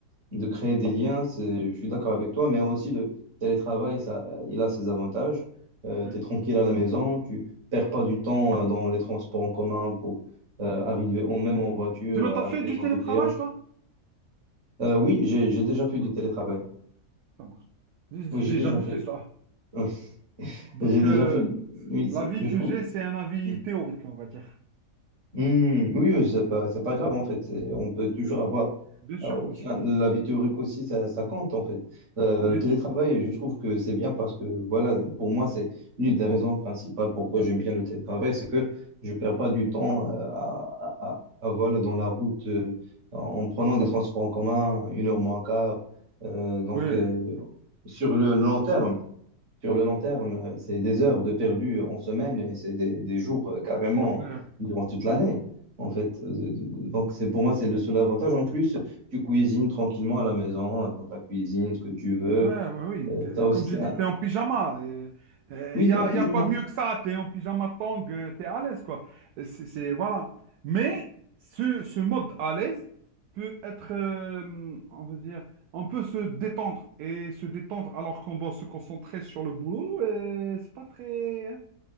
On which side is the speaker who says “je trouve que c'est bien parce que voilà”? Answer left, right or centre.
Right